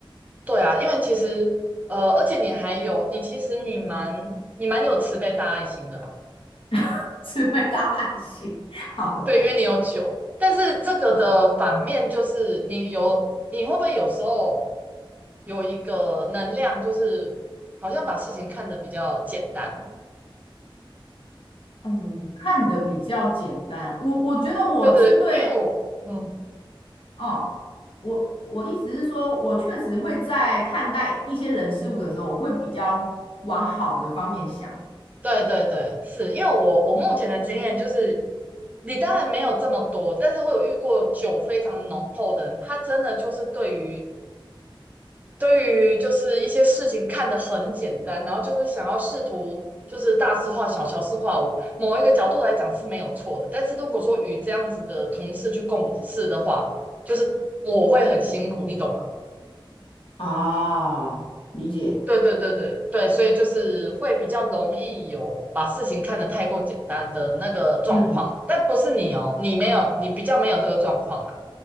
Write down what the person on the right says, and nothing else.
对啊，因为其实呃，而且你还有，你其实你蛮你蛮有慈悲大爱心的。
对，因为你有酒，但是这个的反面就是你有，
你会不会有时候有一个能量，就是好像把事情看得比较简单？
对对，因为我，嗯，
对对对，是因为我我目前的经验就是，你当然没有这么多，但是我有遇过酒非常浓厚的人，他真的就是对于对于就是一些事情看得很简单，然后就是想要试图就是大事化小，小事化无，某一个角度来讲是没有错的。但是如果说与这样子的同事去共事的话，就是我会很辛苦，你懂吗？
对对对对对，所以就是会比较容易有把事情看得太过简单的那个状况，
但不是你哦，你没有，你比较没有这个状况啦。